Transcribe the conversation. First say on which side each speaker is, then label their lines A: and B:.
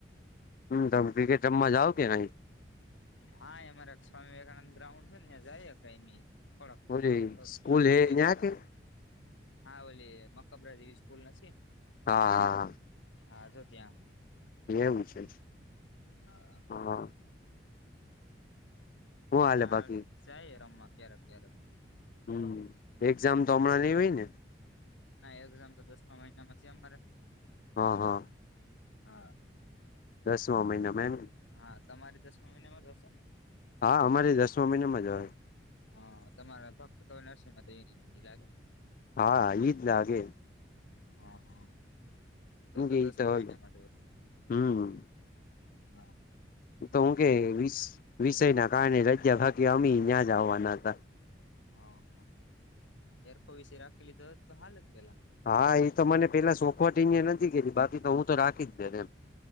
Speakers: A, on the left; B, on the left.
A: હમ તમે ક્રીકેટ રમવા જાઓ કે નહીં
B: હા એમાંરે સ્વામી વિવેકાનંદ ગ્રાઉન્ડ છે ને્યા જઈ એ થોડક
A: ઓલી સ્કૂલ
B: કલાક
A: હે
B: બે
A: ન્યા
B: કલાક
A: કે
B: હા ઓલી મકબરા જેવી સ્કૂલ નથી?
A: હા હા હા
B: હા જો ત્યાં
A: એમ છે
B: હા
A: હા હ હું હાલે
B: ત્યાં
A: બાકી
B: જાય રમવા ક્યારેક ક્યારેક
A: હમ એક્ઝામ તો હમણાં નઈ હોય ને?
B: ના એક્ઝામ તો દસમાં મહિનામાં છે મારે
A: હા હા
B: હા
A: દસવા મહિનામાં ને
B: હા તમારી દસમા મહિનામાં જ હશે?
A: હા અમારી દસમા મહિનામાં જ હોય
B: હા તમારે ફક્ત ક નરસિંગ માં તો યુનિવર્સિટી લાગે ને
A: હા ઈજ લાગે
B: હા હા તો
A: હું
B: તો
A: કે
B: દસમ
A: ઈ
B: મહિનામાં
A: હલે.
B: જ હોય
A: હમ
B: ના
A: તો હું કે વિષય ના કારણે રજા રાકી અમી ન્યાં જ આવવાના હતા
B: હ હા હેરખો વિશે રાખેલી જ તો હાલ જ પેલા
A: હા એ તો મને પેલા સોખવટ અ નથી કેતી બાકી તો હું તો રાખી જ દેત એમ